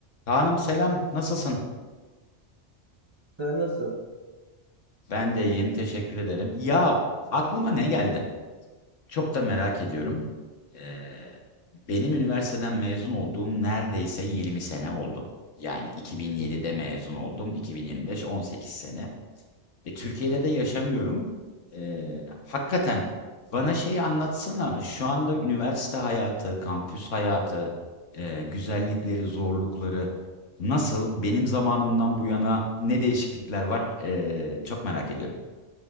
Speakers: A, on the left (about 85°); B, on the right (about 25°).
A: Kaan'ım selam, nasılsın?
B: Sen nasıl?
A: Ben de iyiyim, teşekkür ederim. Ya aklıma ne geldi? Çok da merak ediyorum. Ee, benim üniversiteden mezun olduğum neredeyse 20 sene oldu. Yani 2007'de
B: Hı hı.
A: mezun oldum, 2025 18 sene. E, Türkiye'de de yaşamıyorum. Eee, hakikaten bana şeyi anlatsana. Şu anda üniversite hayatı, kampüs hayatı, eee, güzellikleri, zorlukları nasıl? Benim zamanımdan bu yana ne değişiklikler var? Eee, çok merak ediyorum.